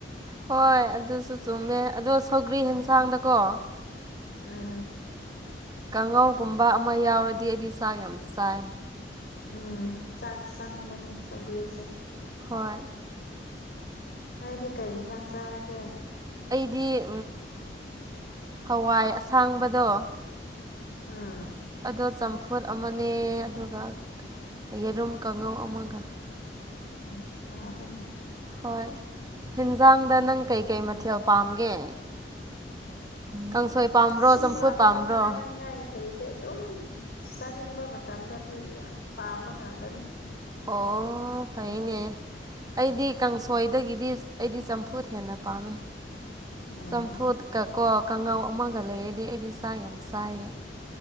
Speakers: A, on the right; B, on the left.
A: ꯍꯣꯏ ꯑꯗꯨꯁꯨ ꯆꯨꯝꯃꯦ ꯑꯗꯨ ꯊꯧꯒ꯭ꯔꯤ ꯌꯦꯟꯁꯥꯡꯗꯀꯣ
B: ꯎꯝ ꯎꯝ
A: ꯀꯥꯡꯉꯧꯒꯨꯝꯕ ꯑꯃ ꯌꯥꯎꯔꯗꯤ ꯑꯩꯗꯤ ꯆꯥꯛ ꯌꯥꯝ ꯆꯥꯏ
B: ꯎꯝ ꯆꯥꯛ ꯆꯪ ꯃꯅꯦ ꯆꯒꯔꯤꯁꯦ
A: ꯍꯣꯏ
B: ꯅꯣꯏꯗꯤ ꯀꯩ ꯌꯦꯟꯁꯥꯡ ꯆꯥꯔꯒꯦ
A: ꯑꯃꯗꯤ ꯍꯋꯥꯏ ꯑꯁꯥꯡꯕꯗꯣ
B: ꯑꯥ
A: ꯑꯗꯣ ꯆꯝꯐꯨꯠ ꯑꯃꯅꯦ ꯑꯗꯨꯒ ꯌꯦꯔꯨꯝ ꯀꯥꯡꯉꯧ ꯑꯃꯒ
B: ꯎꯝ ꯍꯔꯅꯦ
A: ꯍꯣꯏ ꯍꯟꯖꯥꯡꯗ ꯅꯪ ꯀꯩꯀꯩ ꯃꯊꯦꯜ ꯄꯥꯝꯒꯦ ꯀꯥꯡꯁꯣꯏ
B: ꯑꯁ
A: ꯄꯥꯝꯕ꯭ꯔꯣ
B: ꯑꯁꯤ
A: ꯆꯝꯐꯨꯠ
B: ꯄꯥꯝꯃꯤ
A: ꯄꯥꯝꯕ꯭ꯔꯣ
B: ꯍꯥꯏꯅꯤꯡꯉꯥꯏ ꯂꯩꯇꯦ ꯑꯗꯨꯝ ꯆꯥꯅꯤꯡꯕ ꯃꯇꯝꯗ ꯇꯤꯕꯒ ꯄꯥꯝꯕ ꯉꯥꯇꯅꯦ
A: ꯑꯣ
B: <inaudible>
A: ꯐꯩꯅꯦ ꯑꯩꯗꯤ ꯀꯥꯡꯁꯣꯏꯗꯒꯤꯗꯤ ꯑꯩꯗꯤ ꯆꯝꯐꯨꯠ ꯍꯦꯟꯅ ꯄꯥꯝꯃꯦ
B: ꯎꯝ
A: ꯆꯝꯐꯨꯠꯀ ꯀꯣ ꯀꯥꯡꯉꯥꯎ ꯑꯃ ꯍꯒꯂꯛꯦꯗꯤ ꯑꯩꯗꯤ ꯆꯥꯛ ꯌꯥꯝ ꯆꯥꯏꯌꯦ